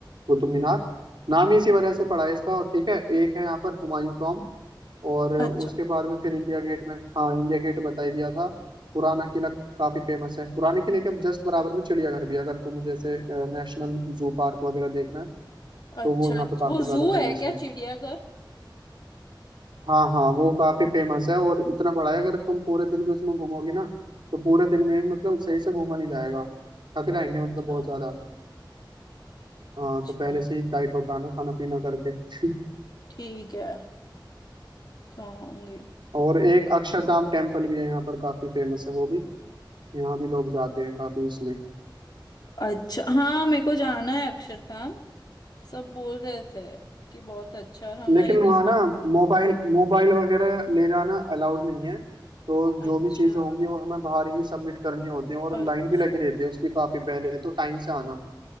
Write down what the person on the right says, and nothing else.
वो तो मीनार नाम ही इसी वजह से पड़ा है इसका और ठीक है एक है यहाँ पर हुमायूं टॉम और उसके
बाद में फिर इंडिया गेट में हाँ इंडिया गेट बता ही दिया था पुराना किला काफी फेमस है पुराने किले के जस्ट बराबर में चिड़ियाघर भी है। अगर तुम्हें जैसे नेशनल जू पार्क वगैरह देखना है
तो वो यहाँ पे काफी
ज्यादा
फेमस
है
हाँ हाँ वो काफी फेमस है और इतना बड़ा है अगर तुम पूरे दिन भी उसमें घूमोगी ना तो पूरे दिन में भी मतलब सही से घूमा नहीं जाएगा थक जाएंगे
मतलब बहुत ज्यादा हाँ
तो पहले से ही टाइट होकर आना खाना पीना करके <laughs>
और एक अक्षरधाम टेम्पल भी है यहाँ पर काफी फेमस है वो भी यहाँ भी लोग जाते हैं काफी इसमें
लेकिन
वहाँ
ना मोबाइल मोबाइल वगैरह ले जाना अलाउड नहीं है तो जो
भी चीजें होंगी वो हमें बाहर ही सबमिट करनी होती है और
लाइन भी लगी रहती है उसकी काफी पहले तो टाइम से आना